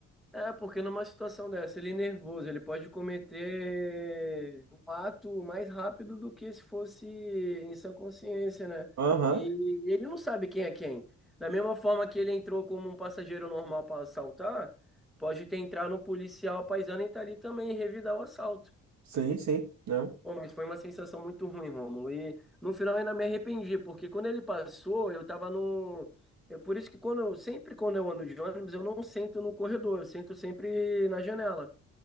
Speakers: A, in the centre; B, on the right.
A: É, porque numa situação dessa, ele é nervoso, ele pode cometer um ato mais rápido do que se fosse em sã consciência, né?
B: Aham,
A: E ele não sabe quem é quem. Da mesma forma que ele entrou como um passageiro normal para assaltar, pode ter entrado um policial paisano e tá ali também e revidar o assalto.
B: sim, sim, né?
A: Pô, mas foi uma sensação muito ruim, Rômulo. E no final eu ainda me arrependi, porque quando ele passou, eu tava no. É por isso que quando eu, sempre quando eu ando de ônibus, eu não sento no corredor, eu sento sempre na janela.